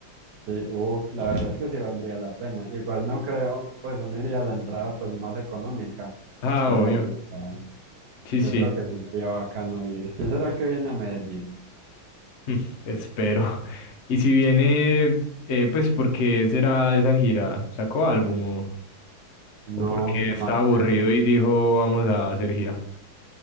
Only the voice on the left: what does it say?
Ah,
obvio.
Sí, sí.
<laughs>
Mm, Espero. Y si viene, eh, pues, ¿por qué será esa gira? ¿Sacó álbum o, o
porque
está
aburrido y dijo, vamos a hacer gira?